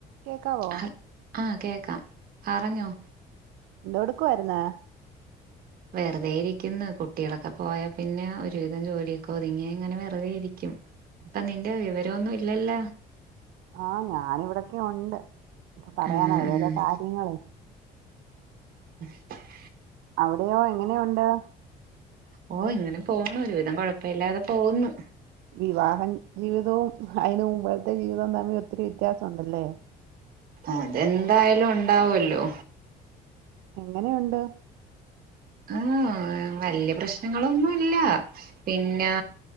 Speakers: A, on the right (about 85°); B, on the right (about 60°).
A: കേക്കാവോ
B: ഹ ആഹ് കേക്കാം പറഞ്ഞോ
A: എന്താടുക്കുമായിരുന്നേ
B: വെറുതെ ഇരിക്കുന്നു കുട്ടികളൊക്കെ പോയാ പിന്നെ ഒരുവിധം ജോലിയൊക്കെ ഒതുങ്ങിയ ഇങ്ങനെ വെറുതെയിരിക്കും അപ്പൊ നിന്റെ വിവരൊന്നും ഇല്ലല്ല
A: ആ ഞാൻ ഇവിടക്കെ ഉണ്ട് ഇപ്പൊ പറയാനോ
B: ആഹ്
A: ഓരോരോ
B: ആഹ്
A: കാര്യങ്ങള്
B: ആ
A: അവിടെയോ എങ്ങനെയൊണ്ട്
B: ഓ ഇങ്ങനെ പോണ ഒരുവിധം കൊഴപ്പ ഇല്ലാതെ പോുന്നു
A: വിവാഹം ജീവിതവും അതിനു മുമ്പ മ്പത്തെ ജീവിതം തമ്മിൽ ഒത്തിരി വ്യത്യാസമുണ്ടല്ലേ
B: അതെന്തായാലും ഉണ്ടാവല്ലോ
A: എങ്ങനെയുണ്ട്
B: ആഹ വലിയ പ്രശ്നങ്ങളൊന്നുമില്ല പിന്നെ